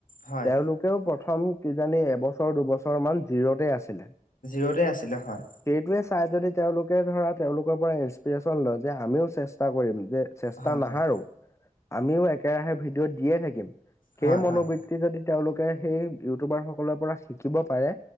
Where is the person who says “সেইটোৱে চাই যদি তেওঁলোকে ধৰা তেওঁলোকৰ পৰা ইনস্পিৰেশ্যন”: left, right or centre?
Left